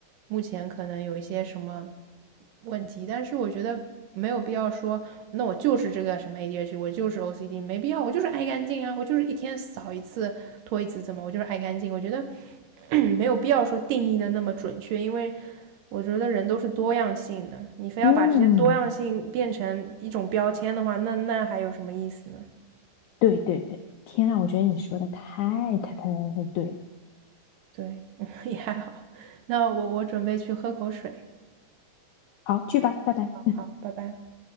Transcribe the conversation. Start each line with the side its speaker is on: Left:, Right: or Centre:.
Right: 目前可能有一些什么问题，但是我觉得没有必要说，那我就是这个什么 ADHD，我就是 OCD，没必要，我就是爱干净啊，我就是一天扫一次、拖一次，怎么我就是爱干净？我觉得 <clears throat> <coughs> 没有必要说定义的那么准确，因为我觉得人都是多样性的，你非要把这些多样性变成一种标签的话，
Left: 嗯，
Right: 那那还有什么意思呢？
Left: 对对对，天呐，我觉得你说的太太太太太对了。
Right: 对，<laughs> 也还好，那我我准备去喝口水，
Left: 好，去吧，拜拜。
Right: 好，拜拜。